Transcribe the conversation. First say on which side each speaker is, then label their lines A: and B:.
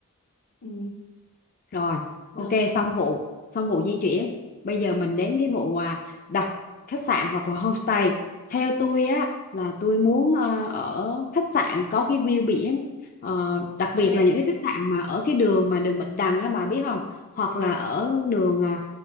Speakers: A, on the left (about 85°); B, on the left (about 40°).
A: Ừ,
B: rồi ok
A: được.
B: xong vụ xong vụ di chuyển bây giờ mình đến cái vụ à, đặt khách sạn hoặc là homestay theo tôi á là tôi muốn ờ, ở khách sạn có cái view biển Ờ, đặc biệt
A: Ê,
B: là những cái khách sạn mà ở cái đường mà đường Bạch Đằng á bà biết không hoặc là ở đường à,